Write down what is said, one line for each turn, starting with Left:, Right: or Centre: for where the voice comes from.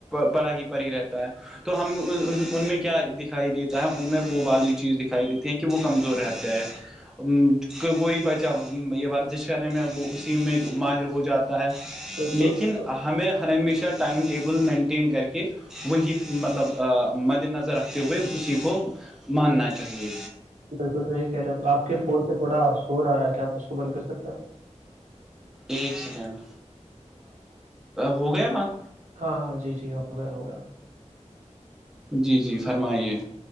Centre: پڑا ہی پر ہی رہتا ہے تو ہم ان میں کیا دکھائی دیتا ہے ان میں وہ والی چیز دکھائی دیتی ہے کہ وہ کمزور رہتا ہے ا کوئی بچا یہ کرنے میں وہ اسی میں ماہر ہو جاتا ہے
Right: بالکل
Centre: لیکن
Right: بالکل
Centre: ہمیں ہر ہمیشہ ٹائم ٹیبل مینٹین کر کے وہی مطلب مد نظر رکھتے ہوئے اسی کو ماننا چاہیے
Right: بالکل صحیح کہہ رہے آپ کے فون سے تھوڑا شور آ رہا ہے کیا آپ اس کو بند کر سکتے ہیں
Centre: ایک سیکنڈ ہو گیا بدھ
Right: ہاں ہاں جی جی ہو گیا ہو گیا
Centre: جی جی فرمائیے